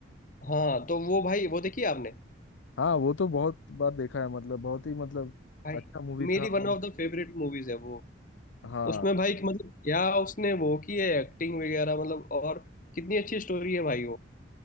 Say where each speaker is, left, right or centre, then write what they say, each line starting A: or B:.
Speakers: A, on the left; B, on the left.
A: हाँ तो वो भाई वो देखी आपने
B: हाँ हाँ वो तो बहुत बार देखा है मतलब बहुत ही मतलब
A: भाई
B: अच्छा मूवी
A: मेरी
B: था और
A: one of the favourite movies है वो
B: हाँ
A: उसमें भाई मतलब क्या उसने वो की है एक्टिंग वगैरह मतलब और कितनी अच्छी स्टोरी है भाई